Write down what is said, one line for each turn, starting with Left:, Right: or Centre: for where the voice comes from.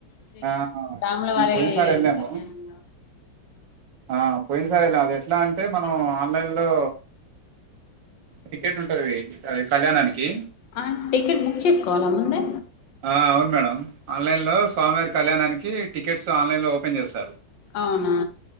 Left: శ్రీ
Right: ఆ
Left: రాములవారి
Right: మేము పోయినసారి వెళ్ళాము
Left: కళ్యాణం
Right: ఆ పోయిన సారి వెళ్ళాం అది ఎట్లా అంటే మనం ఆన్లైన్ లో టికెట్ ఉంటుంది అది కళ్యాణానికి
Left: ఆ టికెట్ బుక్ చేసుకోవాలా ముందే
Right: ఆ అవును మేడం ఆన్లైన్ లో స్వామివారి కళ్యాణానికి టికెట్స్ ఆన్లైన్ లో ఓపెన్ చేస్తారు
Left: అవునా